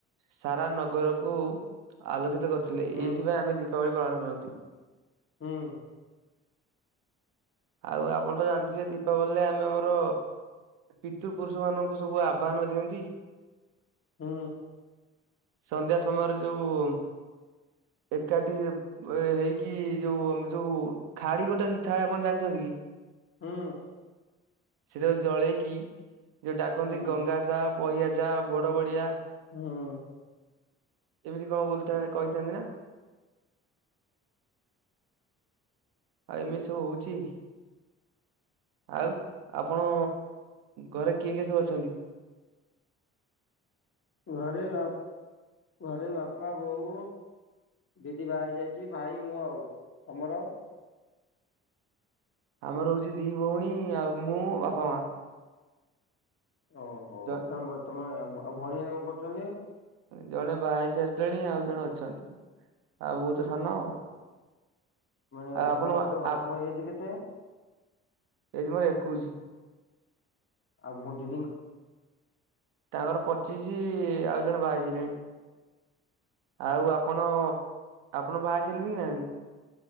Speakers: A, on the right; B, on the left.
A: ସାରା ନଗରକୁ ଆଲୋକିତ କରିଥିଲେ
B: ହୁଁ
A: ଏଇଥିପାଇଁ ଆମେ ଦୀପାବଳି ପାଳନ କରନ୍ତି।
B: ହୁଁ।
A: ଆଉ ଆପଣ ତ ଜାଣିଥିବେ ଦୀପାବଲୀରେ ଆମେ ଆମର ପିତୃପୁରୁଷ ମାନଙ୍କୁ ସବୁ ଆବାହନ ଦିଅନ୍ତି।
B: ହଁ।
A: ସନ୍ଧ୍ୟା ସମୟରେ ଯୋଉ ଏକାଠି ହେଇକି କି ଯୋଉ
B: ହୁଁ
A: ଆମ ଯୋଉ ଖାଡି ଗୋଟେ ଥାଏ ଆପଣ ଜାଣିଛନ୍ତି କି?
B: ହଁ।
A: ସେଟା ଜଳେଇକି ଯୋଉ ଡାକନ୍ତି
B: ହୁଁ
A: ଗଙ୍ଗା ଚା ପହିଆ ଯା ବଡ ବଡିଆ
B: ହଁ।
A: ଏମିତି କଣ ବୋଲୁ ଥା କହିଥାନ୍ତି ନା? ଆଉ ଏମିତି ସବୁ ହଉଛି। ଆଉ ଆପଣ ଘରେ କିଏ କିଏ ସବୁ ଅଛନ୍ତି?
B: ଘରେ ବାପ ଘରେ ବାପା ବୋଉ ଦିଦି ବା ହେଇ ଯାଇଛି ଭାଇ ମୁଁ ଆଉ ତମର?
A: ଆମର ହଉଛି ଦି ଭଉଣୀ ଆଉ ମୁଁ ବାପା ମା।
B: ଓହୋ
A: ଜ
B: ତମେ ତମେ ଆଉ ଭଉଣୀ ମାନେ କଣ କରୁଛନ୍ତି?
A: ଜଣେ ଭାଆ ହେଇସାରିଲେଣି ଆଉ ଜଣେ ଅଛନ୍ତି। ଆ ମୁଁ ତ ସାନ ଆଉ।
B: ମାନେ
A: ଆଉ
B: ତମ
A: ଆପଣ
B: ଉପରେ ଭ
A: ଆ
B: ତମ ଏଜ କେତେ
A: ଏଜ ମୋର ଏକୋଇଶ।
B: ଆଉ କଣ
A: ତାଙ୍କର ପଚିଶି ଆଉ ଜଣେ ବାଇଶ ଯାଇ ଆଉ ଆପଣ ଆପଣ ବାହା ହେଇସାଇ କି ନାହାନ୍ତି?